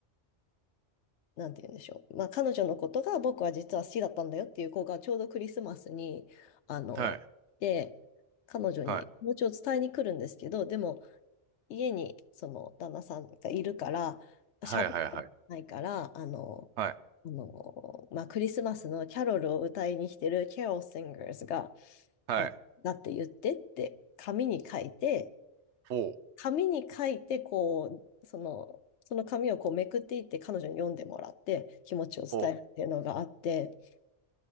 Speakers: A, on the left; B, on the right.
A: なんて言うんでしょう。まあ、彼女のことが僕は実は好きだったんだよっていう子がちょうどクリスマスに、あの、
B: はい、
A: で、彼女に気持ちを伝えに来るんですけど、
B: は
A: でも家にその旦那さんがいるから、喋ってないから、
B: い、はい、はい、はい。
A: あの、
B: はい、
A: あの、まあ、クリスマスのキャロルを歌いに来てるキャロル・シンガーズが、
B: はい。
A: あ、だって言ってって紙に書いて、
B: フォー、
A: 紙に書いて、こう、その、その紙をこうめくっていって彼女に読んでもらって気持ちを伝えるっていうのがあって、
B: フォー。